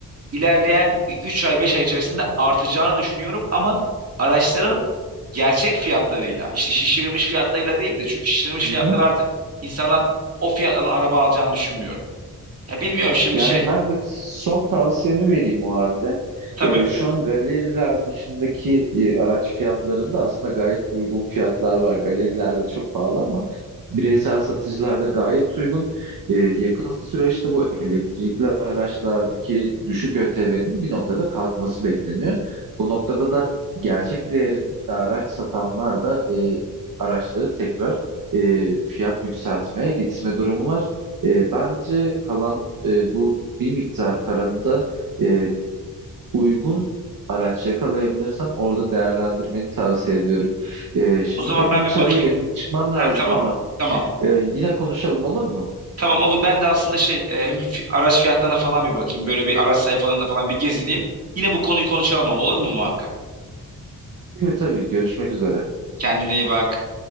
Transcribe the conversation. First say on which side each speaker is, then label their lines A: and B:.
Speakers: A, on the right (about 40°); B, on the right (about 65°).
A: ilerleyen bir 3 ay 5 ay içerisinde artacağını düşünüyorum ama araçların gerçek fiyatlarıyla işte şişirilmiş fiyatlarıyla değil de çünkü şişirilmiş
B: Hı
A: fiyatlar
B: hı.
A: artık insanlar o fiyattan araba alacağını düşünmüyorum. Ya bilmiyorum şimdi
B: Yani
A: şey
B: ben de son tavsiyemi vereyim o halde.
A: tabii
B: Ee, şu an galeriler dışındaki e, araç fiyatlarında aslında gayet uygun fiyatlar var. Galerilerde çok pahalı ama bireysel satıcılarda gayet uygun. Ee, yakın süreçte bu elektrikli araçlardaki düşük ÖTV'nin bir noktada kalkması bekleniyor. Bu noktada da gerçek değerinde araç satanlar da e, araçları tekrar e, fiyat yükseltmeye gitme durumu var. E, bence kalan e, bu bir miktar paranı da e, uygun araç yakalayabilirsen orada değerlendirmeni tavsiye ediyorum. E, şimdi
A: o zaman
B: kapım
A: ben bir
B: çalıyor,
A: bakayım.
B: benim çıkmam lazım
A: Ha tamam
B: ama
A: tamam.
B: e, yine konuşalım olur mu?
A: Tamam olur ben de aslında şey e, hem fi- araç fiyatlarına falan bir bakayım. Böyle bir araç sayfalarında falan bir gezineyim. Yine bu konuyu konuşalım ama olur mu muhakkak?
B: Evet tabii, görüşmek üzere.
A: Kendine iyi bak.